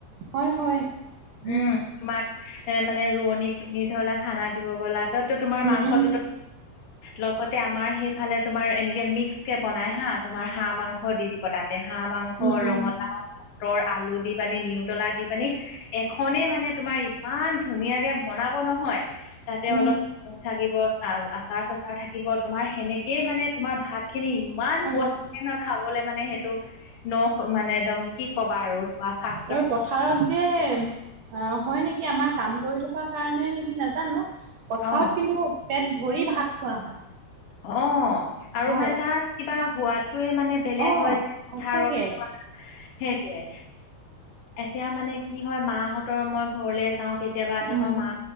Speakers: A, on the right (about 70°); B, on the left (about 55°).
A: হয়, হয়।
B: উমন
A: উম
B: তোমাৰ এ মানে ৰোৱনীক তুমি ধৰিলা খানা দিব গ'লা। তাততো তোমাৰ
A: উম
B: মাংসটো
A: উম
B: লগতে আমাৰ সেইফালে তোমাৰ এনেকে মিক্স কে বনাই হা তোমাৰ হাঁহ মাংস দি দিব তাত। হা মাংস
A: উম উম
B: ৰঙলা মটৰ আলু দি পানি নিউতলা দি পানি। এখনেই মানে তোমাৰ ইমান ধুনীয়াকে বনাব নহয়। তাতে
A: উম
B: অলপ ক থাকিব আচাৰ চাচাৰ থাকিব তোমাৰ সেনেকেই মানে তোমাৰ ভাতখিনি ইমান সোৱাদ
A: <inaudible>
B: লাগে খাবলে মানে সেইটো নখ মানে একদম কি কবা আৰু ফাৰ্ষ্টত
A: আৰু পথাৰত যে অ' হয় নেকি আমাৰ কাম কৰি থকা কাৰণে নেকি নাজানো। পথাৰত
B: অ'।
A: কিন্তু পেট ভৰি ভাত খোৱা হয়।
B: অ', আৰু
A: হয়
B: মানে তাৰ কিবা সোৱাদটোয়ে মানে বেলেগ
A: অ'
B: হয় যে
A: সঁচাকে।
B: পথাৰত। সেইটোৱে। এতিয়া মানে কি হয় মাহঁতৰ মই ঘৰলে যাওঁ কেতিয়াবা তাৰপা
A: উম,
B: মা